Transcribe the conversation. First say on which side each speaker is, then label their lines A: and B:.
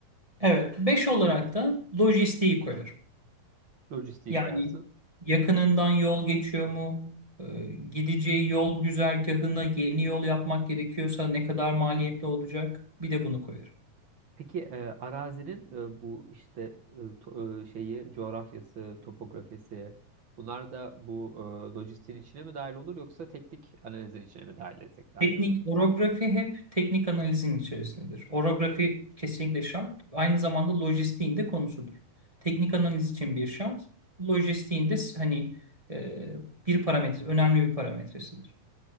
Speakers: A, on the right; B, on the right.
A: Evet, beş olarak da lojistiği koyarım.
B: Lojistiği
A: Yani
B: koyarsın.
A: yakınından yol geçiyor mu? Ee, Gideceği yol güzergahına yeni yol yapmak gerekiyorsa ne kadar maliyetli olacak? Bir de bunu koyarım.
B: Peki e, arazinin e, bu işte e, to- e, şeyi coğrafyası, topografisi bunlar da bu e, lojistiğin içine mi dahil olur yoksa teknik analizin içine mi dahil etsek daha
A: Teknik
B: iyi olur?
A: orografi hep teknik analizin içerisindedir. Orografi kesinlikle şart. Aynı zamanda lojistiğin de konusudur. Teknik analiz için bir şart. Lojistiğin de hani e, bir parametre, önemli bir parametresidir.